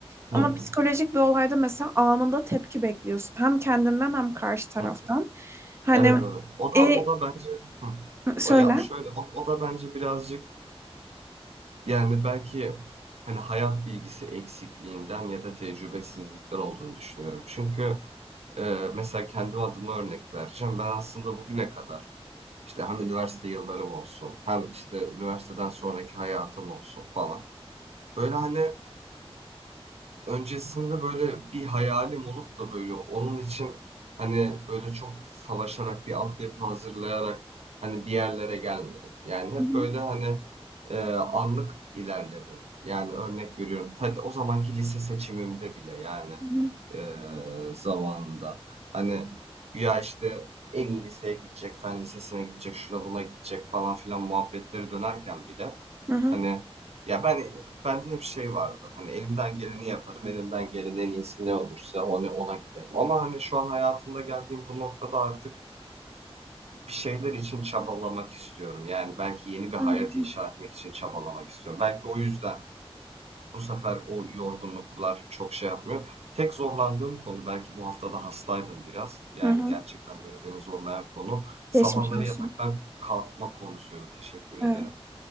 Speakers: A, on the right; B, on the right.
A: Ama
B: hı, hı,
A: psikolojik bir olayda mesela anında tepki bekliyorsun. Hem kendinden hem karşı taraftan.
B: hı.
A: Hani
B: Evet evet. O da
A: e,
B: o da bence hı.
A: söyle.
B: o ya şöyle o, o da bence birazcık Yani, belki, hani, hayat bilgisi eksikliğinden ya da tecrübesizlikten olduğunu düşünüyorum. Çünkü, eee, mesela kendim adıma örnek vereceğim. Ben aslında bugüne kadar, işte, hem üniversite yıllarım olsun hem, işte, üniversiteden sonraki hayatım olsun falan, böyle, hani, öncesinde, böyle, bir hayalim olup da, böyle, onun için, hani, böyle, çok savaşarak, bir altyapı hazırlayarak, hani, bir yerlere gelmedim. Yani, hep,
A: Hı hı,
B: böyle, hani, e, anlık ilerledim. Yani örnek veriyorum. Ta- o zamanki lise seçimimde bile yani
A: hı
B: e, zamanında. Hani güya işte en iyi liseye gidecek, fen lisesine gidecek, şuna buna gidecek falan filan muhabbetleri dönerken bile
A: hı,
B: hani ya ben bende hep şey vardı. Hani elimden geleni yaparım, elimden gelenin en iyisi ne olursa onu ona giderim. Ama hani şu an hayatımda geldiğim bu noktada artık bir şeyler için çabalamak istiyorum. Yani belki yeni bir hayat
A: hı hı,
B: inşa etmek için çabalamak istiyorum. Belki o yüzden bu sefer o yorgunluklar çok şey yapmıyor. Tek zorlandığım konu belki bu haftada hastaydım biraz. Yani
A: hı hı.
B: gerçekten böyle beni zorlayan konu sabahları
A: Geçmiş olsun.
B: yataktan kalkma konusuydu. Teşekkür ederim.
A: Evet.